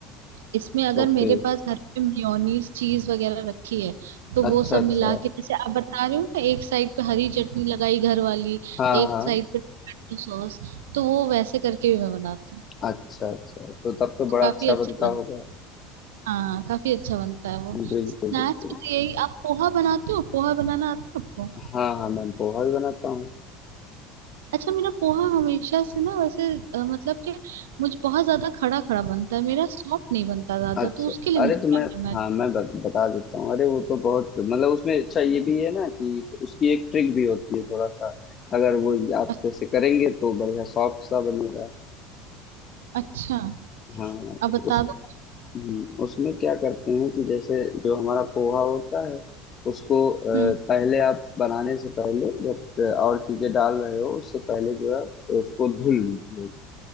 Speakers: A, on the right; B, on the left.
A: इसमें अगर
B: ओके
A: मेरे पास घर पे मेयोनीज चीज वगैरह रखी है तो वो
B: अच्छा
A: सब
B: अच्छा
A: मिला के जैसे आप बता रहे हो ना एक साइड पे हरी चटनी लगाई घर वाली
B: हाँ
A: एक
B: हाँ
A: साइड पे टोमेटो सॉस तो वो वैसे करके भी मैं बनाती हूँ
B: अच्छा अच्छा तो तब तो बड़ा
A: तो काफी
B: अच्छा
A: अच्छा
B: बनता
A: बनता
B: होगा
A: है। हाँ काफी अच्छा बनता है वो स्नैक्स
B: बिल्कुल बिल्कुल
A: में तो यही आप पोहा बनाते हो पोहा बनाना आता है आपको
B: हाँ हाँ मैं पोहा भी बनाता हूँ
A: अच्छा मेरा पोहा हमेशा से ना वैसे अ, मतलब कि मुझ बहुत ज्यादा खड़ा खड़ा बनता है मेरा सॉफ्ट नहीं बनता ज्यादा
B: अच्छा
A: तो उसके लिए मुझे
B: अरे तो मैं
A: क्या करना है
B: हाँ मैं बत, बता देता हूँ अरे वो तो बहुत मतलब उसमें अच्छा ये भी है ना कि उसकी एक ट्रिक भी होती है थोड़ा सा अगर वो आप
A: अ-
B: जैसे करेंगे तो बढ़िया सॉफ्ट सा बनेगा
A: अच्छा
B: हाँ तो
A: अब बता
B: उस
A: दो
B: हम्म, उसमें क्या करते हैं कि जैसे जो हमारा पोहा होता है उसको अ,
A: हम्म
B: पहले आप बनाने से पहले जब अ, और चीजें डाल रहे हो उससे पहले जो है उसको धुल लीजिए